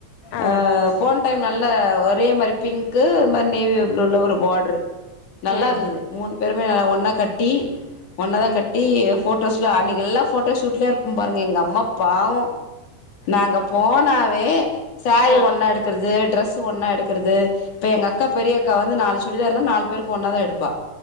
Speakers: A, on the left; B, on the left.
A: ஆ
B: அ போன டைம் நல்ல ஒரு ஒரே மாரி பிங்க்கு இந்த மாதிரி நேவி ப்ளூல ஒரு பார்டரு நல்லா
A: ம்
B: இருந்துது மூணு திருவிழா ல ஒன்னா கட்டி ஒன்னதா
A: ம்
B: கட்டி அன்னைக்கு எல்லா ஃபோட்டோ ஷூட்லயே இருப்பம் பாருங்க எங்க அம் மா பாவ நாங்க போனா வே சாரி
A: ஆ
B: ஒன்னா எடுக்குறது ட்ரெஸ் து ஒன்னா எடுக்கிறது இப்ப எங்க அக்கா பெரிய அக்கா வந்து நாலு சுடிதார்னா இருா நாலு பேருக்கு ஒன்னா தா எடுப்பா